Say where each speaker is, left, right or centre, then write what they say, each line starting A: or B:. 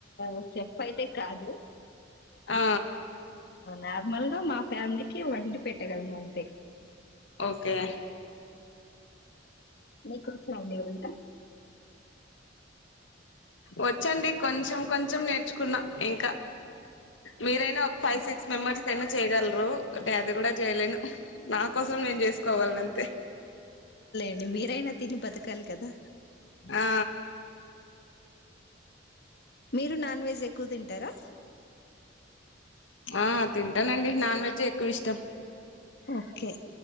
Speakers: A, on the left; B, on the left.
A: <inaudible> షెఫ్ అయితే కాదు
B: ఆ
A: నార్మల్ మా ఫ్యామిలీకి వండి పెట్టగలలను అంతే
B: ఓకే
A: మీకు వచ్చా అండి వంట
B: వచ్చండి కొంచెం కొంచెం నేర్చు కున్నా ఇంకా మీరైనా ఒక ఫైవ్ సిక్స్ మెంబర్స్ కి అయిన చేయగలరు పెద్ద అది కూడా చేయలేను నా కోసం నేను చేసుకోగలను అంతే
A: ని మీరైనా తిని బతకాలి కదా
B: ఆ
A: మీరు నాన్ వెజ్ ఎక్కువ తింటారా
B: ఆ తింటానండి నాన్ వెజే ఎక్కువ ఇష్టం
A: ఓకే